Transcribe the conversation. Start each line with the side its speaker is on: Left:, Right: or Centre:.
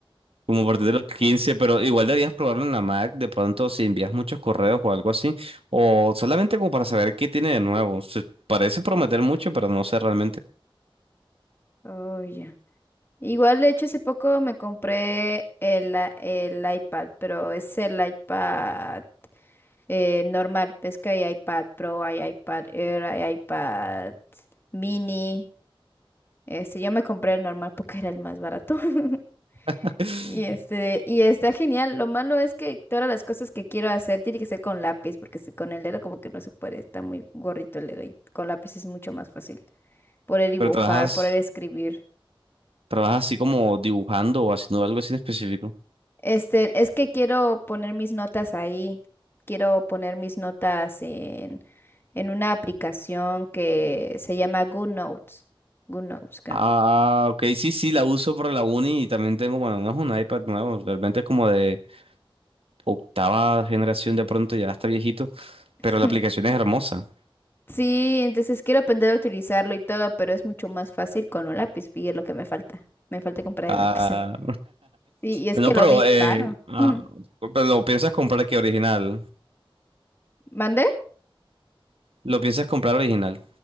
Right: Como a partir de los 15 pero igual deberías probarlo en la Mac, de pronto si envías muchos correos o algo así, o solamente como para saber qué tiene de nuevo. Se parece prometer mucho, pero no sé realmente.
Left: Oh, ya. Igual, de hecho, hace poco me compré el, i- el iPad, pero es el iPad eh, normal. Ves que hay iPad Pro, hay iPad Air, hay iPad Mini. Este, yo me compré el normal porque era el más barato. <laughs>
Right: <laughs>
Left: Y este, y está genial. Lo malo es que todas las cosas que quiero hacer tiene que ser con lápiz, porque si con el dedo como que no se puede, está muy gorrito el dedo y con lápiz es mucho más fácil poder dibujar,
Right: Pero trabajas,
Left: poder escribir.
Right: trabajas así como dibujando o haciendo algo así en específico.
Left: Este, es que quiero poner mis notas ahí. Quiero poner mis notas en, en una aplicación que se llama GoodNotes. GoodNotes, creo.
Right: Ah, ok, sí, sí, la uso para la uni y también tengo, bueno, no es un iPad nuevo, realmente es como de octava generación de pronto, ya está viejito,
Left: <laughs>
Right: pero la aplicación es hermosa.
Left: Sí, entonces quiero aprender a utilizarlo y todo, pero es mucho más fácil con un lápiz y es lo que me falta. Me falta comprar
Right: Ah,
Left: el lápiz. <laughs> Y, y es
Right: no,
Left: que lo
Right: pero,
Left: vi
Right: eh,
Left: caro.
Right: ah,
Left: Mm,
Right: pero lo piensas comprar que original.
Left: ¿Mandé?
Right: Lo piensas comprar original.